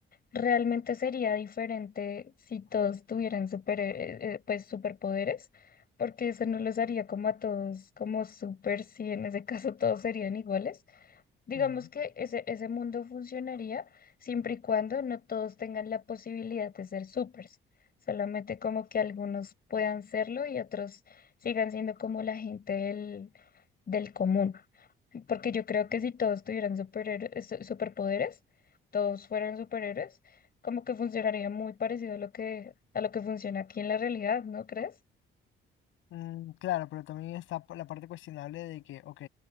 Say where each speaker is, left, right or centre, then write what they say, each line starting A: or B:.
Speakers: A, on the left; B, on the left.
A: realmente sería diferente si todos tuvieran super, eh, eh, pues superpoderes, porque eso no los haría como a todos, como super, si en ese caso todos serían iguales. Digamos
B: Ujú.
A: que ese, ese mundo funcionaría siempre y cuando no todos tengan la posibilidad de ser supers, solamente como que algunos puedan serlo y otros sigan siendo como la gente del, del común. Porque yo creo que si todos tuvieran superhéroes, su- superpoderes, todos fueran superhéroes, como que funcionaría muy parecido a lo que, a lo que funciona aquí en la realidad, ¿no crees?
B: Mm, claro, pero también está p- la parte cuestionable de que, ok,